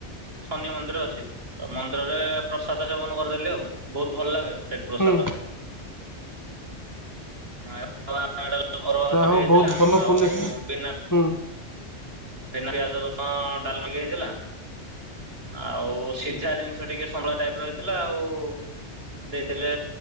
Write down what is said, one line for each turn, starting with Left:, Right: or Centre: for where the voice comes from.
Right: ଶନି ମନ୍ଦିର ଅଛି। ତ ମନ୍ଦିରରେ ପ୍ରସାଦ ସେବନ କରଦେଲି ଆଉ। ବହୁତ ଭଲ ଲାଗେ ସେଠ ପ୍ରସାଦ।
Left: ହୁଁ
Right: ଅଇଁ ଆ। ଅଡଲ ଅରୁଆ
Left: ଯାହା
Right: ଭାତଟେ
Left: ହଉ
Right: ହେଇଥିଲା
Left: ବହୁତ ଭଲ
Right: ଆଉ
Left: ପୁଣ୍ୟ ହୁଁ
Right: ବିନା
Left: ହୁଁ
Right: ବିନା ପିଆଜ ରସୁଣ ଡାଲି ଟିକେ ହେଇଥିଲା। ଆଉ ସିଝା ଜିନିଷ ଟିକେ ସନ୍ତଳା ଟାଇପ ର ହେଇଥିଲା ଆଉ। ଦେଇଥିଲେ